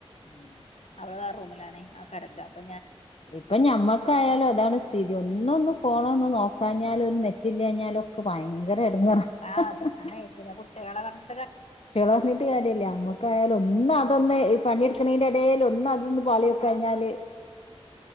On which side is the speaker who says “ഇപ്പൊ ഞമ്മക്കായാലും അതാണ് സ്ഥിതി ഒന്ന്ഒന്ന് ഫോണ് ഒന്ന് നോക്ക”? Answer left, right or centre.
Left